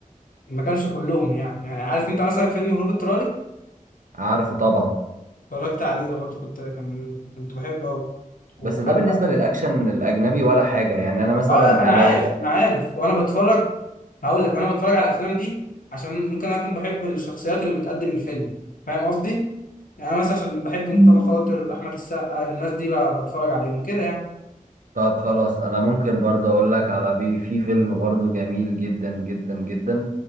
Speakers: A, on the left; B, on the right.
A: ما كانش كلهم يعني يعني عارف انت مثلا فيلم هروب اضطراري
B: عارفه طبعا
A: اتفرجت عليه ده برضو كنت كان كنت بحبه قوي وحتى
B: بس ده بالنسبة للأكشن الأجنبي ولا حاجة يعني أنا مثلا
A: اه لا ما انا عارف
B: لو
A: ما انا عارف وانا بتفرج هقول لك وانا بتفرج على الافلام دي عشان ممكن انا اكون بحب الشخصيات اللي بتقدم الفيلم فاهم قصدي يعني انا مثلا عشان بحب مصطفى خاطر احمد السقا الناس دي بقى بتفرج عليهم كده يعني
B: طب خلاص انا ممكن برضه اقول لك على في في فيلم برضه جميل جدا جدا جدا